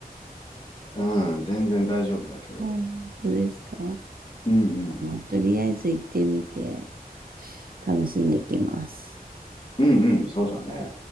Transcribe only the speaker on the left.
うん、全然大丈夫だけど。
うんうん。
うんうん、そうだね。